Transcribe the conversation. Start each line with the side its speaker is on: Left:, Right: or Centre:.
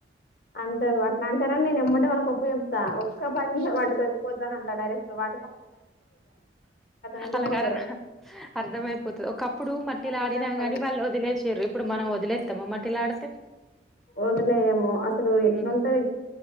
Left: అంటారు అట్లాంటారనే నేను ఎమ్మటే కొప్ప జొప్తా ఒక పది నిమిషాలు పట్టుకోచ్చి పోత అంటా డైరెక్ట్ వా వెళ్ళిపోతారు
Centre: అలాగ అర్థమయిపోతుంది ఒకప్పుడు మట్టిలా
Left: అందరూ
Centre: ఆడినా కగాని వాళ్ళు వదిలేసిరు ఇప్పుడు మనం వదిలేత్తామ మట్టిలా ఆడితే
Left: వదిలేయము అసలు ఎట్లుంటారు
Centre: ఉమ్